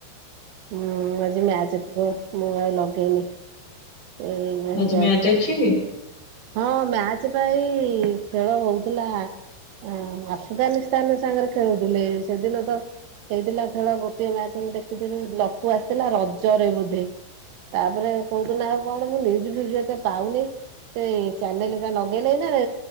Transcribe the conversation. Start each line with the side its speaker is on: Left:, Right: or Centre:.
Right: ହୁଁ ଆଜି ମ୍ୟାଚ୍ ଥିବ ମୁଁ ଆଉ ଲଗେଇନି। ଏଇ
Left: ଆଜି
Right: ଯାଉ
Left: ମ୍ୟାଚ୍ ଅଛି କି?
Right: ହଁ ମ୍ୟାଚ୍ ପା ଏଇ ଖେଳ ହଉଥିଲା ଅଁ ଆଫଗାନିସ୍ଥାନ ସାଙ୍ଗରେ ଖେଳୁଥିଲେ ସେଦିନ ତ ହେଇଥିଲା ଖେଳ ଗୋଟିଏ ମ୍ୟାଚ୍ ମୁଁ ଦେଖିଥିଲି ଲକୁ ଆସିଥିଲା ରଜରେ ବୋଧେ। ତାପରେ କୋଉଦିନ ଆଉ କଣ ମୁଁ ନିଉଜ୍ ଫିଉଜ୍ ଏତେ ପାଉନି। ସେ ଚ୍ୟାନେଟା ଲଗେଇଲେ ଏଇ ନା ରେ